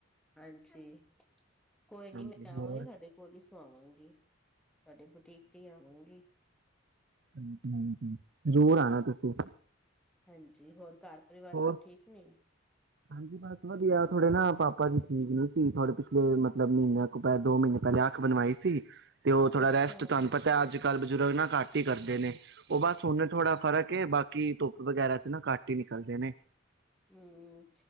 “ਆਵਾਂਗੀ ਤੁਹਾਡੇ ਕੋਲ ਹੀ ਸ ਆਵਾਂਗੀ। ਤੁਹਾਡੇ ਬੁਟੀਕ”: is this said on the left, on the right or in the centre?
Centre